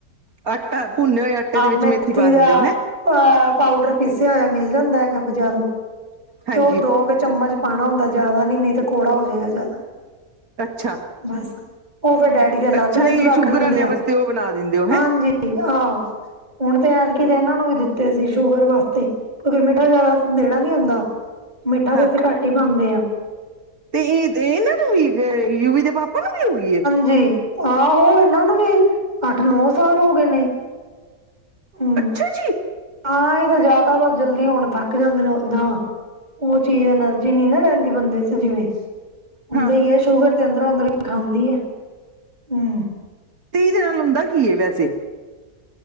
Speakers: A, on the right (about 65°); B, on the right (about 25°).
A: ਆਟਾ ਭੁੰਨੇ ਹੋਏ ਆਟੇ ਦੇ ਵਿੱਚ
B: ਮੇਥੀ
A: ਪਾ
B: ਦਾ
A: ਦਿੰਦੇ ਹੋ ਹੈਂ
B: ਅਆ ਪਾਊਡਰ ਪੀਸਿਆ ਹੋਇਆ ਮਿਲ ਜਾਂਦਾ ਹੈਗਾ ਬਜ਼ਾਰੋਂ।
A: ਹਾਂਜੀ
B: ਤੇ ਔ ਦੋ ਕ ਚਮਚ ਪਾਣਾ ਹੁੰਦੈ ਜੈਦਾ ਨੀ ਨਹੀਂ ਤੇ ਕੌੜਾ ਹੋ ਜੇਗਾ ਜੈਦਾ।
A: ਅੱਛਾ।
B: ਬਸ ਓਹ ਫੇਰ ਡੈਡੀ ਦੇ ਅਲੱਗ
A: ਅੱਛਾ
B: ਲੱਡੂ
A: ਇਹ
B: ਰੱਖ
A: ਸ਼ੂਗਰ
B: ਲੈਂਦੇ
A: ਵਾਲਿਆਂ
B: ਆ।
A: ਵਾਸਤੇ ਉਹ ਬਣਾ ਦਿੰਦੇ ਹੋ ਹੈਂ
B: ਹਾਂਜੀ, ਆਹੋ। ਹੁਣ ਤੇ ਐਦਕੀ ਏਨਾਂ ਨੂੰ ਵੀ ਦਿੱਤੇ ਸੀ ਸ਼ੂਗਰ ਵਾਸਤੇ, ਕਿਉਂਕਿ ਮਿੱਠਾ ਜੈਦਾ ਦੇਣਾ ਨੀ ਹੁੰਦਾ। ਮਿੱਠਾ ਤੇ
A: ਹਾਂ
B: ਅਸੀਂ ਘੱਟ ਹੀ ਪਾੰਦੇ ਆਂ।
A: ਤੇ ਏਹ ਦੇ ਏਨਾਂ ਨੂੰ ਵੀ, ਯੂਵੀ ਦੇ ਪਾਪਾ ਨੂੰ ਵੀ ਹੋਗੀ ਏ?
B: ਜੀ। ਆਹੋ ਏਨਾਂ ਨੂੰ ਵੀ ਅੱਠ-ਨੌ ਸਾਲ ਹੋ ਗਏ ਨੇ। ਹੂੰ,
A: ਅੱਛਾ ਜੀ
B: ਆਹੀ ਤੇ ਜਯਾਦਾ ਬਸ ਜਲਦੀ ਹੁਣ ਥੱਕ ਜਾਂਦੇ ਨੇ ਓਦਾਂ। ਓਹ ਚੀਜ਼ ਐਨਰਜੀ ਨੀ ਨਾ ਰੈੰਦੀ ਬੰਦੇ ਚ ਜਿਵੇਂ। ਹੁੰਦਾ
A: ਹਾਂ
B: ਈ ਏ ਸ਼ੂਗਰ ਤੇ ਅੰਦਰੋਂ ਅੰਦਰੋਂ ਹੀ ਖਾਂਦੀ ਏ, ਹੂ।
A: ਤੇ ਇਦੇ ਨਾਲ ਹੁੰਦਾ ਕੀ ਏ ਵੈਸੇ?